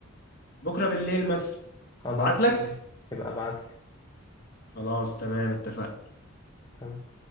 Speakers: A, on the left; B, on the left.
A: بكره بالليل مثلا
B: خلاص
A: ابعت لك
B: تمام يبقى ابعتلي
A: خلاص تمام اتفقنا
B: تمام